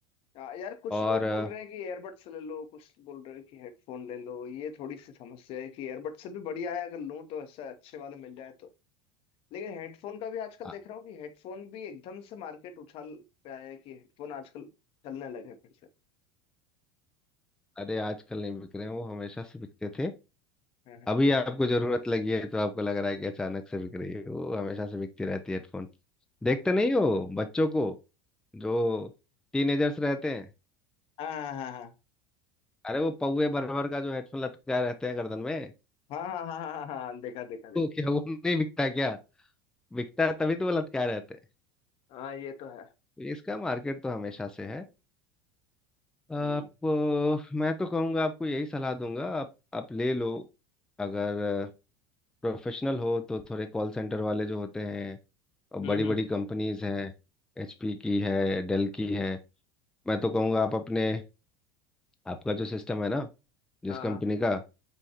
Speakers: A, on the left (about 50°); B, in the centre.
A: हाँ, यार कुछ
B: और
A: लोग
B: अ,
A: बोल रहे हैं कि एयरबड्स ले लो कुछ बोल रहे हैं कि हेडफोन ले लो ये थोड़ी सी समस्या है कि एयरबड्स से भी बढ़िया है अगर लूँ तो ऐसे अच्छे वाले मिल जाए तो लेकिन हेडफोन का भी आजकल
B: अ-
A: देख रहा हूँ कि हेडफोन भी एकदम से मार्केट उछाल पे आया है कि हेडफोन आजकल चलने लगे फिर से
B: अरे आजकल नहीं बिक रहे हैं वो हमेशा से बिकते थे
A: हाँ
B: अभी आपको जरूरत लगी है तो आपको लग रहा है कि अचानक से बिक रही है वो हमेशा से बिकती रहती है हेडफोन देखते नहीं हो बच्चों को जो टीनेजर्स रहते हैं
A: हाँ हाँ
B: अरे वो पौए भर भर का जो हेडफोन लटकाए रहते हैं गर्दन में
A: हाँ हाँ हाँ हाँ हाँ हाँ, हाँ, हाँ, हाँ, देखा देखा देखा
B: तो क्या वो नहीं बिकता क्या बिकता है तभी तो वो लटका रहते हैं
A: हाँ ये तो है
B: तो इसका मार्केट तो हमेशा से है आप
A: हम्म
B: अ, मैं तो कहूँगा आपको यही सलाह दूंगा आप आप ले लो अगर प्रोफेशनल हो तो थोड़े कॉल सेंटर वाले जो होते हैं और
A: हम्म
B: बड़ी
A: हम्म,
B: बड़ी कंपनीज हैं एचपी की है डेल की है मैं तो कहूँगा आप अपने आपका जो सिस्टम है ना जिस
A: हाँ हाँ
B: कंपनी का